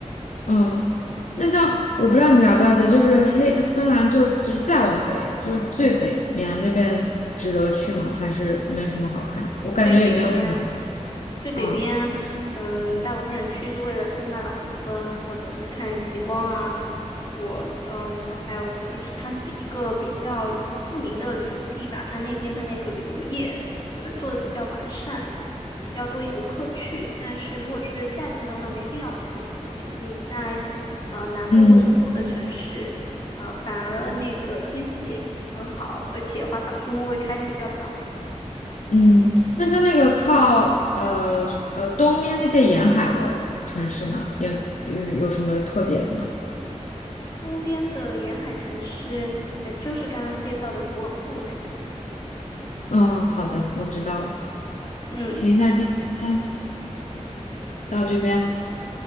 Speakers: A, on the left (about 75°); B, on the left (about 35°).
A: 嗯。那像我不知道你了不了解，就是黑芬兰就只再往北，就是最北面那边值得去吗？还是没什么好看？我感觉也没有什么。
B: 最北边啊最北边，
A: 嗯
B: 嗯，大部分人去是为了圣诞老人村或者是看极光啊。我嗯，还有就是它是比一个比较著名的旅游地吧，它那边的那个旅游业可能做的比较完善，比较多游客去。但是如果是夏天的话，没必要去北边。你在呃南部或东部的城市，
A: 嗯
B: 呃，反而那个天气很好，而且花草树木会开的比较早。
A: 嗯。那像那个靠呃呃东面那些沿海的城市呢，也有有什么特别的吗？
B: 东边的沿海城市，呃，就是刚刚介绍的图尔库那些。
A: 嗯，好的，我知道了。
B: 嗯，
A: 行，那今天先到这边。